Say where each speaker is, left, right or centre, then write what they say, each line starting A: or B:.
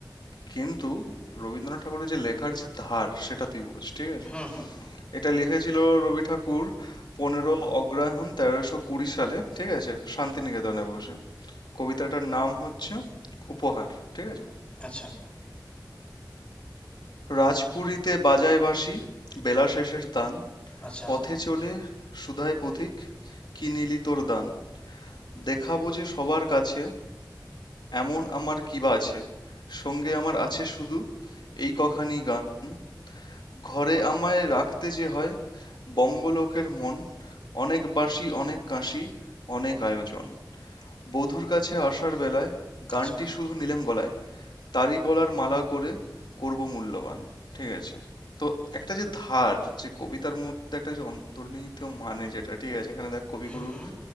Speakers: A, on the left (about 80°); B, on the left (about 15°).
A: কিন্তু রবীন্দ্রনাথ ঠাকুরের যে লেখার যে ধার সেটা তুই বোঝ ঠিক আছে
B: হুম, হুম।
A: এটা লিখেছিল রবি ঠাকুর পনেরো অগ্রহায়ণ তেরোশো কুড়ি সালে ঠিক আছে শান্তিনিকেতনে বসে কবিতাটার নাম হচ্ছে উপহার ঠিক আছে
B: আচ্ছা,
A: রাজপুরীতে বাজায় বাঁশি বেলা শেষের তান
B: আচ্ছা,
A: পথে চলে সুধায় পথিক, কি নিলি তোর দান, দেখাব যে সবার কাছে, এমন আমার কিবা আছে, সঙ্গে আমার আছে শুধু এই কখানি গান, ঘরে আমায় রাখতে যে হয়, বঙ্গলোকের মন, অনেক বাঁশি অনেক কাঁসি, অনেক আয়োজন, বধূর কাছে আসার বেলায়, গানটি
B: আচ্ছা।
A: শুধু নিলেম গলায় তারই গলার মালা করে করব মূল্যবান ঠিক আছে তো একটা যে ধার যে কবিতার মধ্যে একটা যে অন্তর্নিহিত মানে যেটা ঠিক আছে এখানে দেখ কবিগুরু
B: হুম, হুম,